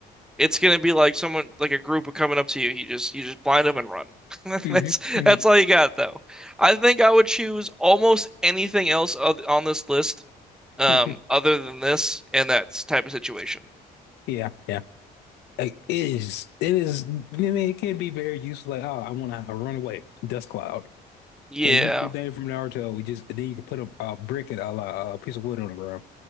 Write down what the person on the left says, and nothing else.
hmm hmm
<laughs>
Yeah, yeah. Like, it is. It is. I mean, it can be very useful. Like, oh, I want to run away. Dust cloud.
Like you can do the thing from Naruto. We just then you can put a, a brick and a, a piece of wood on the ground.